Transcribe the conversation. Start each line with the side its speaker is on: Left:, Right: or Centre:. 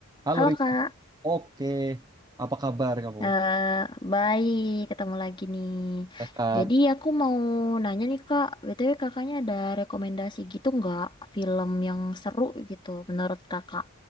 Right: Halo
Left: Halo
Right: Rika,
Left: Kak,
Right: oke. Apa kabar kamu?
Left: eh baik ketemu lagi nih.
Right: Sehat.
Left: Jadi aku mau nanya nih Kak, BTW kakaknya ada rekomendasi gitu nggak film yang seru gitu menurut kakak?